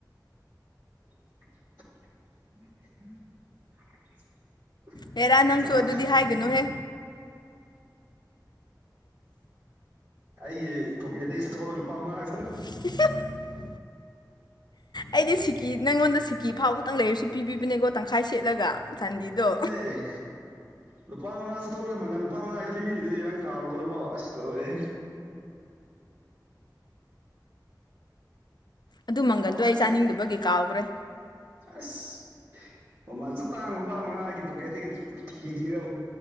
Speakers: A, on the right; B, on the left.
A: <inaudible>
B: ꯍꯦꯔꯥ ꯅꯪꯁꯨ
A: ꯆꯅꯥ
B: ꯑꯗꯨꯗꯤ ꯍꯥꯏꯒꯅꯨꯍꯦ
A: ꯑꯩꯒꯤ ꯐꯣꯀꯦꯗꯒꯤ ꯁꯠꯊꯣꯛꯂꯒ ꯂꯨꯄꯥ ꯃꯉꯥꯒꯗꯣ
B: <inaudible> ꯑꯩꯗꯤ ꯁꯤꯀꯤ ꯅꯪꯉꯣꯟꯗ ꯁꯤꯀꯤ ꯐꯥꯎ ꯈꯇꯪ ꯂꯩꯔꯁꯨ ꯄꯤꯕꯤꯕꯅꯦꯀꯣ ꯇꯪꯈꯥꯏ ꯁꯦꯠꯂꯒ ꯆꯥꯟꯗꯤꯗꯣ
A: ꯑꯦ ꯂꯨꯄꯥ ꯃꯉꯥ ꯁꯠꯊꯣꯛꯔꯒ ꯃꯪꯉꯜ ꯂꯨꯄꯥ ꯃꯉꯥ ꯗꯨ ꯂꯩꯕꯤꯔꯤꯗꯨꯗꯤ ꯅꯪ ꯀꯥꯎꯔ ꯕꯣꯗꯨꯕꯣ ꯑꯁ ꯂꯣꯏꯔꯦ
B: ꯑꯗꯨ ꯃꯪꯒꯟꯗꯣ
A: ꯀꯥꯎꯒꯟ
B: ꯑꯩ ꯆꯥꯅꯤꯡꯗꯕꯒꯤ ꯀꯥꯎꯈ꯭ꯔꯦ
A: ꯑꯁ ꯃꯃꯜ ꯁꯨꯛ ꯇꯥꯡꯕ ꯂꯨꯄꯥ ꯃꯉꯥꯒꯤ ꯄꯣꯀꯦꯠꯇꯒꯤ ꯄꯤꯈꯤꯕ